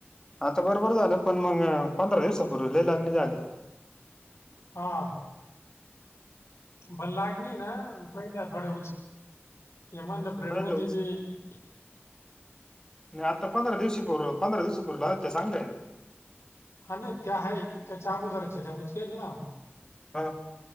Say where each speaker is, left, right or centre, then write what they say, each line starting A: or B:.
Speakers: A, on the left (about 15°); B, on the left (about 85°).
A: आता बरोबर झालं, पण मग पंधरा दिवसापूर्वी लई <unintelligible> झाल्या.
B: हा. पण लाईट नाही ना पहिल्या थोड्या <unintelligible> म्हणलं
A: नाही
B: <unintelligible>
A: नाही आता पंधरा दिवशी पूर्व पंधरा दिवस पूर्वी लावील, तर चांगलंय?
B: हा नाही ते आहे, त्याच्या अगोदरच्या त्या <unintelligible> ना
A: हा